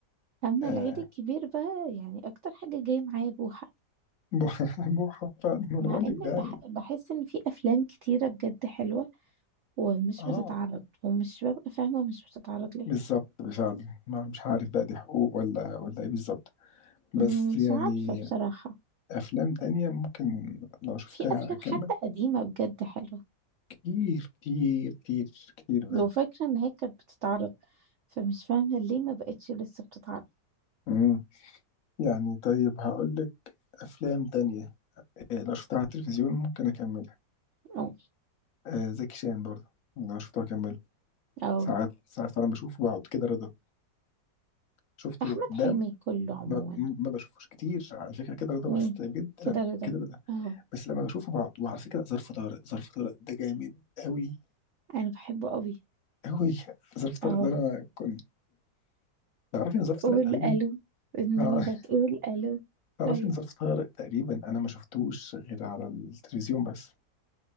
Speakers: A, on the right; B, on the left.
A: اما
B: آه
A: العيد الكبير بقى يعني اكتر حاجه جايه معايا بوحه
B: بوحة <laughs> بوحة فعلا ما انا
A: مع
B: بقول
A: ان
B: لك ده يعني
A: بح بحس ان في افلام كتيره بجد حلوه ومش
B: اه
A: بتتعرض ومش ببقى فاهمه مش بتتعرض ليه
B: بالظبط فعلا ما مش عارف بقى دي حقوق ولا ولا ايه بالظبط بس
A: مم، مش
B: يعني
A: عارفه بصراحه
B: افلام تانية ممكن لو شفتها
A: في افلام
B: اكمل
A: حتى قديمه بجد حلوه
B: كتير كتير كتير كتير بجد
A: لو فاكره ان هي كانت بتتعرض فمش فاهمه ليه ما بقتش لسه بتتعرض
B: مم. يعني طيب هقول لك افلام تانية آه، لو شفتها على التلفزيون ممكن اكملها
A: او
B: آه، زكي شان برضه لو شفته اكمله
A: او
B: ساعات ساعات فعلا بشوفه بقعد كده رضا شفته
A: احمد حلمي
B: ده
A: كله عموما
B: ما, ما بشوفوش كتير على فكره كده رضا
A: مين
B: بس بجد
A: كده
B: لما
A: رضا
B: كده رضا
A: اه
B: بس لما بشوفه بقعد وعلى فكره ظرف طارق ظرف طارق ده جامد قوي
A: انا بحبه قوي
B: قوي ظرف طارق
A: اه
B: ده انا كنت تعرفي ان ظرف طارق
A: قول
B: تقريبا
A: الو النبي
B: <laughs>
A: لا تقول الو
B: تعرفي
A: ايوه
B: إن ظرف طارق تقريبا أنا ما شفتوش غير على التلفزيون بس